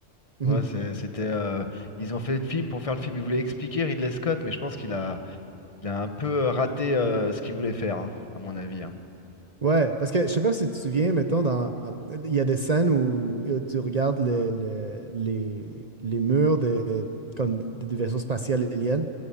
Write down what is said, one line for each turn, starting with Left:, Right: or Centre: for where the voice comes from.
Right: Mhm.
Left: Tu vois, c'est- c'était. euh, Ils ont fait le film pour faire le film. Ils voulaient expliquer Ridley Scott, mais je pense qu'il a, il a un peu euh, raté euh, ce qu'il voulait faire, hein, à mon avis. hein.
Right: ouais parce que je sais pas si tu te souviens mettons dans il y a des scènes où, où tu regardes le- le- les les murs de comme des des vaisseaux spatiaux aliens